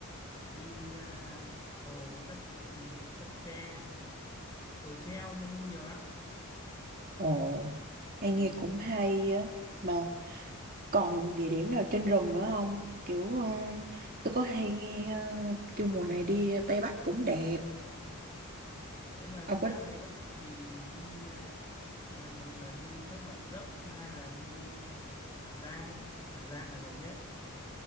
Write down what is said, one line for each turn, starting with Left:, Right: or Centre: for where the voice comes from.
Left: đi à, hồ Đắc Đắc Ke cầu treo nói chung nhiều lắm
Right: Ồ, em
Left: ừ.
Right: nghe cũng hay á. Mà còn địa điểm nào trên rừng nữa không? Kiểu ờ, tôi có hay nghe ờ, kêu mùa này đi Tây Bắc cũng đẹp.
Left: À, nếu mà đi
Right: Ông có
Left: ra Tây Bắc thì đi à, à, một là đi Thác Bản Dốc hai là đi à, Hà Giang Hà Giang là đẹp nhất